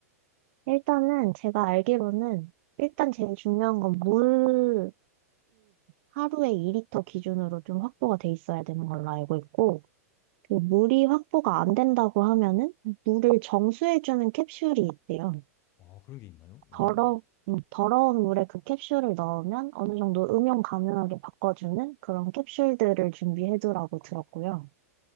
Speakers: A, on the right (about 45°); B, on the left (about 30°).
A: 일단은 제가 알기로는 일단 제일 중요한 건 물이 하루에 2리터 기준으로 좀 확보가 돼 있어야 되는 걸로 알고 있고 그 물이 확보가 안 된다고 하면은 물을 정수해주는 캡슐이 있대요.
B: 아, 그런 게 있나요? 어.
A: 더러, 음, 더러운 물에 그 캡슐을 넣으면 어느 정도 음용 가능하게 바꿔주는 그런 캡슐들을 준비해두라고 들었고요.